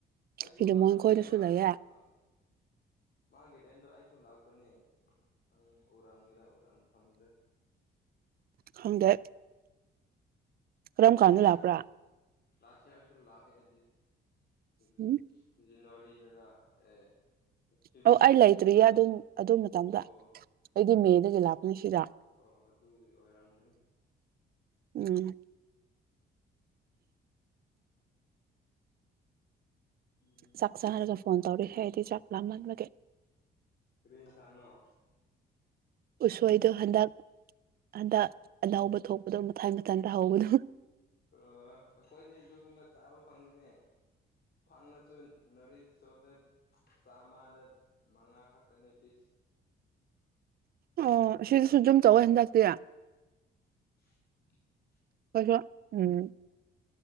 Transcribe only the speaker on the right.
ꯐꯤꯂꯤꯃꯣꯟ
ꯈꯣꯏꯗꯁꯨ
ꯂꯩꯌꯦ
ꯈꯪꯗꯦ ꯀꯔꯝ
ꯀꯥꯟꯗ
ꯂꯥꯛꯄ꯭ꯔꯥ
ꯎꯝ
ꯑꯧ ꯑꯩ ꯂꯩꯇ꯭ꯔꯤꯌꯦ
ꯑꯗꯨꯝ ꯑꯗꯨ ꯃꯇꯝꯗ
ꯑꯩꯗꯤ
ꯃꯦꯗꯒꯤ ꯂꯥꯛꯄꯅꯤ ꯁꯤꯗ
ꯎꯝ
ꯆꯥꯛ ꯆꯥꯔꯒ ꯐꯣꯟ ꯇꯧꯔꯍꯦ ꯑꯩꯗꯤ ꯆꯥꯛ ꯂꯥꯝꯃꯟꯕꯒꯤ
ꯎꯁꯣꯏꯗꯣ ꯍꯟꯗꯛ ꯍꯟꯗꯛ ꯑꯅꯧꯕ ꯊꯣꯛꯄꯗꯣ ꯃꯊꯥꯏ ꯃꯊꯟ ꯇꯥꯍꯧꯕꯅꯨ
ꯑꯣ ꯁꯤꯗꯁꯨ ꯑꯗꯨꯝ ꯇꯧꯋꯦ ꯍꯟꯗꯛꯇꯤ
<inaudible>